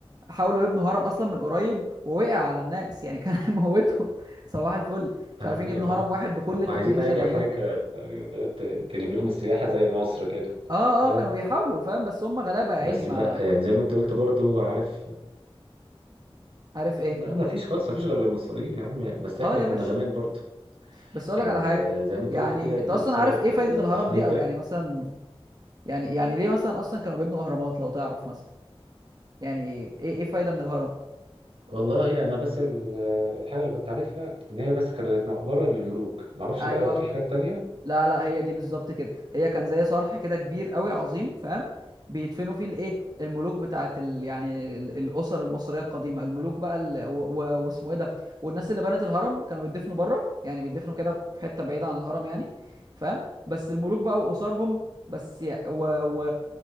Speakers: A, on the right; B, on the right.
A: حاولوا يبنوا هرم اصلا من قريب ووقع على الناس يعني كان <laughs> هيموتهم صباح الفل مش
B: ايوه
A: عارفين يبنوا هرم
B: هم
A: واحد بكل التكنولوجيا
B: عايزين اي
A: اللي عندهم
B: حاجه ت- تجيب لهم السياحه زي مصر كده
A: اه
B: اه
A: اه كانوا بيحاولوا فاهم بس هم غلابه يا
B: بس
A: عيني ما
B: لا يعني زي ما انت قلت برضو عارف
A: عارف ايه
B: ما ما فيش خالص ما فيش غير المصريين يا عم بس احنا
A: اه يا
B: كنا
A: باشا
B: زمان برضو
A: بس اقول
B: كان
A: لك على حاجه
B: آه، زي ما انت
A: يعني
B: قلت كده
A: انت
B: السر
A: اصلا عارف
B: بتاع
A: ايه فايده
B: التحنيط
A: الهرم دي
B: ده
A: او يعني مثلا يعني يعني ليه مثلا اصلا كانوا بيبنوا اهرامات لو تعرف مثلا يعني ايه ايه فايده من الهرم
B: والله انا بس ال- الحاجه اللي كنت عارفها ان هي بس كانت مقبره للملوك معرفش
A: ايوه
B: بقى في حاجات تانية
A: لا لا هي دي بالظبط كده هي كان زي صرح كده كبير قوي عظيم فاهم بيدفنوا فيه الايه الملوك بتاعت ال... يعني ال- الاسر المصريه القديمه الملوك بقى ال... و... و... واسمه ايه ده والناس اللي بنت الهرم كانوا بيدفنوا بره يعني بيدفنوا كده في حته بعيده عن الهرم يعني فاهم بس الملوك بقى واسرهم بس يع- و... و...